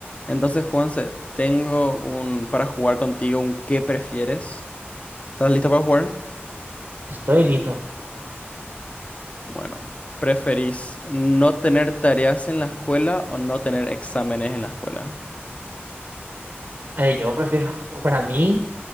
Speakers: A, on the left; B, on the right.
A: Entonces, Juanse, tengo un para jugar contigo un ¿qué prefieres? ¿Estás lista para jugar?
B: Estoy listo.
A: Bueno, ¿preferís no tener tareas en la escuela o no tener exámenes en la escuela?
B: Eh, yo prefiero, <laughs> para mí,